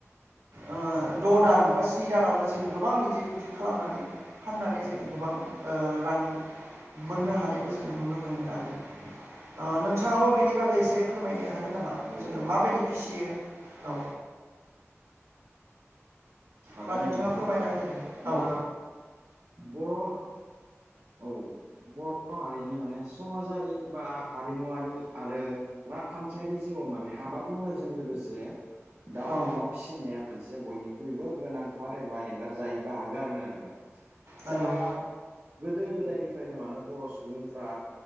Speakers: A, on the right; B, on the right.
A: ओ द' दान बा स्नि दानावनो जों गोबां गिदिर गिदिर खालामनानै फाननानै जोङो गोबां ओ रां मोननो हानायखौ जोङो नुनो मोनो आरो अ नोंथाङाबो बेनि बागै एसे फोरमायनो हा गोन नामा
B: औ
A: जोङो
B: औ औ
A: माबायदि
B: औ
A: फिसियो औ
B: हागोन
A: बा नोंथाङा
B: नोंथां
A: फोरमायना होदो औ
B: दा बर' औ <unintelligible> बर' हारिनि माने समाजारि बा हारिमुवरारि आरो रांखान्थियारि जिउआव माने आबाद मावनायजों लोगोसे दाउ,
A: औ
B: अमा फिसा फिनाया मानसिया बयनिख्रुइबो गोनांथार एबा एंगारजायि बाहागो आरोना नोंथां
A: नंगौ
B: दा गोदो गोदायनिफ्रायनो मानो बर' सुबुंफ्रा